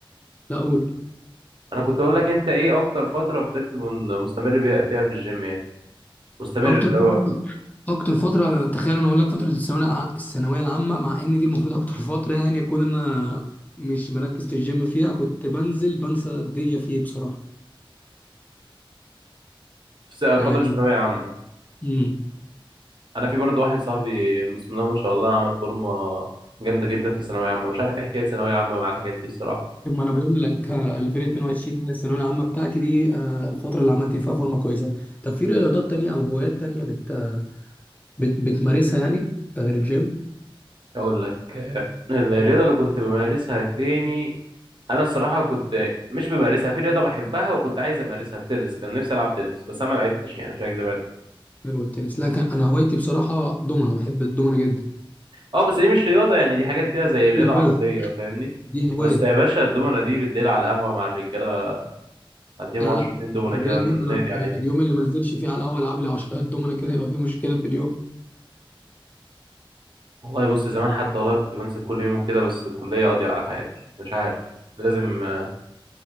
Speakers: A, on the left (about 15°); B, on the right (about 60°).
A: لا اقول
B: انا كنت اقول لك انت ايه اكتر فتره فضلت من- مستمر بيها فيها في الجيم يعني مستمر
A: اكتر
B: اللي هو
A: فتره اكتر فتره انا تخيل انا اقول لك فتره الثانويه الع- الثانويه العامه مع ان دي المفروض اكتر فتره يعني اكون انا مش مركز في الجيم فيها كنت بنزل بنسى الدنيا فيه بصراحه
B: في س- فتره
A: يعني
B: الثانويه عامه
A: امم
B: انا في برضه واحد صاحبي بسم الله ما شاء الله عمل فورمه جامده جدا في الثانويه عامه مش عارف ايه حكايه ثانويه عامه مع الحاجات دي الصراحه
A: ما انا بقول لك آه، 2022 دي الثانويه العامه بتاعتي دي آه، الفتره اللي عملت فيها فورمه كويسه طب في رياضات تانية او هوايات تانية بت... بت... بتمارسها يعني غير الجيم
B: اقول لك آه، الرياضه اللي كنت بمارسها تاني انا الصراحه كنت مش بمارسها في رياضه بحبها وكنت عايز امارسها التنس كان نفسي العب تنس بس انا ما لعبتش يعني مش هكدب عليك
A: غير التنس لا كان- انا هوايتي بصراحه دومنه بحب الدومنه جدا
B: اه بس دي مش رياضه يعني دي حاجات كده زي رياضه
A: دي هوايه
B: عقليه فاهمني
A: دي هوايه
B: بس يا باشا الدومنه دي بالليل على القهوه مع الرجاله اديهم
A: لا
B: عشرتين
A: لا
B: دومنه
A: الرايق
B: كده نقضي
A: منه انا اليوم
B: عليهم
A: اللي ما انزلش فيه على القهوه العب لي 10 دومنا كده يبقى فيه مشكله في اليوم
B: والله بص زمان حتى والله كنت بنزل كل يوم وكده بس الكليه قاضيه على حياتي مش عارف لازم آه،